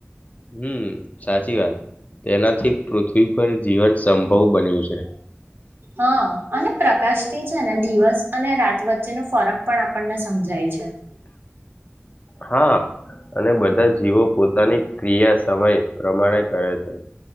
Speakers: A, on the left; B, on the right.
A: હમ સાચી વાત તેનાથી પૃથ્વી પર જીવન સંભવ બન્યું છે.
B: હા અને પ્રકાશથી છે ને દિવસ અને રાત વચ્ચેનો ફરક પણ આપણને સમજાય છે. <inaudible>
A: હા. અને બધા જીવો પોતાની ક્રિયા સમય પ્રમાણે કરે છે.